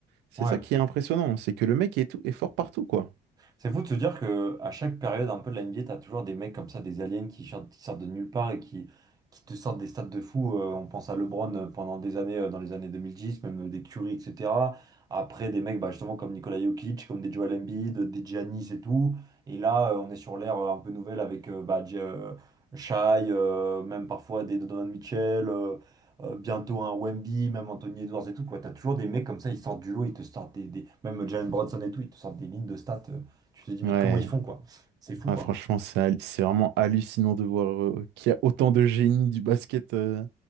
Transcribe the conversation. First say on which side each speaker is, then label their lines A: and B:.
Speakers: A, on the right (about 85°); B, on the right (about 20°).
A: C'est
B: Ouais.
A: ça qui est impressionnant, c'est que le mec est, tout, est fort partout quoi.
B: C'est fou de se dire que à chaque période un peu de la NBA, t'as toujours des mecs comme ça, des aliens qui sortent, qui sortent de nulle part et qui, qui te sortent des stats de fou. Euh, on pense à LeBron euh, pendant des années, euh, dans les années 2010, même euh, des Curry, etc. Après, des mecs bah, justement comme Nikola Jokic, comme des Joel Embiid, des Giannis et tout. Et là, euh, on est sur l'ère euh, un peu nouvelle avec euh, bah, J- euh, Shai, euh, même parfois des Donovan Mitchell, euh, euh, bientôt un Wemby, même Anthony Edwards et tout, quoi. T'as toujours des mecs comme ça, ils sortent du lot, ils te sortent des, des- même Jalen Brunson et tout, ils te sortent des lignes de stats. euh, tu te dis,
A: Ouais,
B: mais comment ils font, quoi? C'est fou,
A: Ouais,
B: quoi.
A: franchement, c'est hal- c'est vraiment hallucinant de voir euh, qu'il y a autant de génies du basket euh,